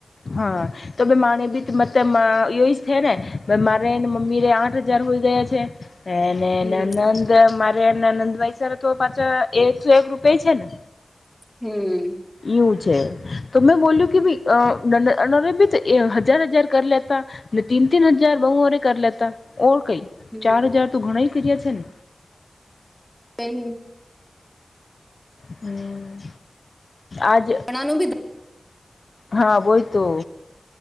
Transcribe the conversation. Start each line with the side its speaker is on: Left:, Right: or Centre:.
Left: હા તો બી માને બીત બતેમાં એજ છે ને મારે ને મમ્મીરે આઠ હજાર હોય ગયા છે. એને
Centre: એવું
Left: નનંદ મારે નનંદ ભાઈ સર તો પાછા એકસો એક રૂપિયા ઈ છે ને.
Centre: હમ્મ
Left: એવું છે, તો મેં બોલ્યું કે ભાઈ કે અ નણંદ બી હજાર હજાર કર લેતા, ને તીન તીન હજાર બહુઓરે કર લેતા, ઓર કઈ
Centre: હમ
Left: ચાર હજાર તો ઘણાય કર્યા છે ને
Centre: તેન
Left: હમ્મ આજ
Centre: નાનું બી
Left: હા વોહી તો